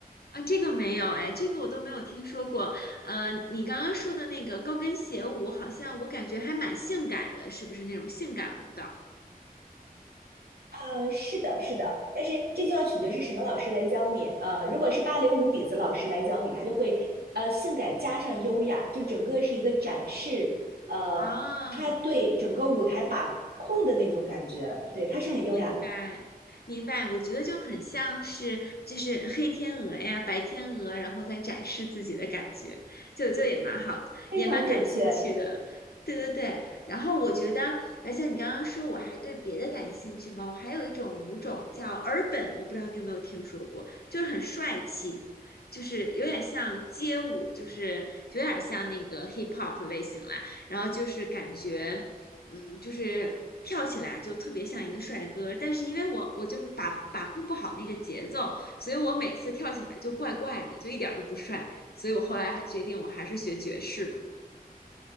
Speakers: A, on the left; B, on the right.
A: 啊，这个没有哎，这个我都没有听说过。嗯、呃你刚刚说的那个高跟鞋舞，好像我感觉还蛮性感的，是不是那种性感舞蹈
B: 呃，是的，是的，但是这就要取决是什么老师来教你。呃，如果是芭蕾舞底子老师来教你，他就会呃性感加上优雅，就整个是一个展示。呃，
A: 啊？
B: 他对整个舞台把控的那种感觉，对，他是很优雅的，
A: 明白，明白，我觉得就很像是就是黑天鹅呀、白天鹅，然后再展示自己的感觉，就就也蛮好的，
B: 非常准确。
A: 也蛮感兴趣的。对对对，然后我觉得，而且你刚刚说我还对别的感兴趣吗？我还有一种舞种叫尔本，我不知道你有没有听说过，就是很帅气，就是有点像街舞，就是有点像那个 hip hop 类型啦。然后就是感觉，嗯，就是跳起来就特别像一个帅哥，但是因为我我就把把控不好那个节奏，所以我每次跳起来就怪怪的，就一点儿都不帅，所以我后来还决定我还是学爵士吧。